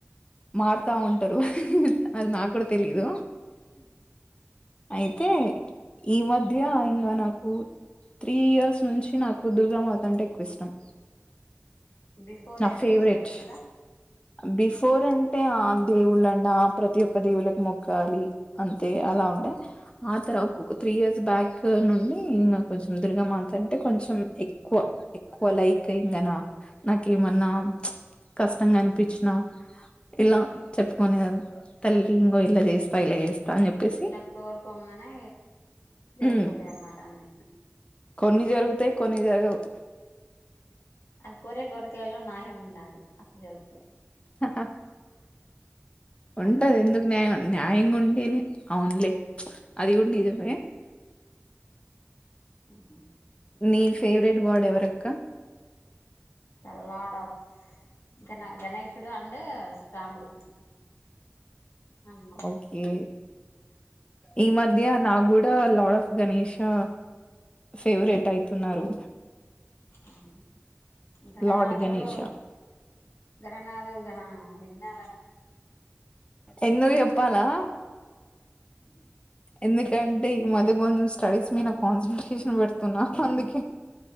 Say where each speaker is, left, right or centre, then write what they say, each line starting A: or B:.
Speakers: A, on the left; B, on the left.
A: మారుతా ఉంటరు అది నా కూడ తెలిదు అయితే ఈ మధ్య ఇంగ నాకు త్రీ ఇయర్స్ నుంచి నాకు దుర్గామాత అంటే ఎక్కువ ఇష్టం
B: బిఫోర్
A: నా
B: అయితే
A: ఫేవరెట్
B: ఇష్టం లేదా
A: బిఫోర్ అంటే ఆ దేవుళ్ళన్నా ప్రతి ఒక్క దేవుళ్ళకి మొక్కాలి అంతే అలా ఉండే ఆ తర ఒక్కొక త్రీ ఇయర్స్ బ్యాక్ నుండి ఇంగ కొంచెం దుర్గమాత అంటే కొంచెం ఎక్కువ ఎక్కువ లైక్ ఇంగనా నాకేమన్నా కష్టంగాని పిచిన ఇలా చెప్పుకునేది తల్లి ఇంగో ఇలా చేస్తా ఇలా చేస్తా అని చెప్పేసి
B: ఇలా కోరుకోంగానే జరిగిపోతాయి
A: ఉమ్
B: అన్నమాట అన్ని ఆ
A: కొన్ని జరుగుతై కొన్ని జరగవు
B: ఆ కొరే గొరికలలో నాయం ఉండాలి అప్పుడు జరుగుతాయి
A: ఆ ఆహా ఉంటది
B: అంతే కదా
A: ఎందుకు న్యాయం న్యాయంగా ఉంటేనే అవునులే అది గుడా నిజమే
B: ఉహు
A: నీ ఫేవరెట్ గాడ్ ఎవరక్క
B: ద లార్డ్ ఆఫ్ గణ గణేషుడు అండూ రాముడు అన్మా
A: ఓకే ఈ మధ్య నా గూడా లార్డ్ ఆఫ్ గణషా ఫేవరెట్ అయితున్నారు.
B: మ్మ్ గణనాథుడూ
A: లార్డ్ గణేష
B: గణ నాదుగనా విజ్ఞాల
A: ఎందుకు
B: పూజిస్తాడు
A: చెప్పాలా ఎందుకంటే ఈ మధ్య కొంచెం స్టడీస్ మీద కాన్సన్ట్రేషన్ పెడుతున్నా అందుకే.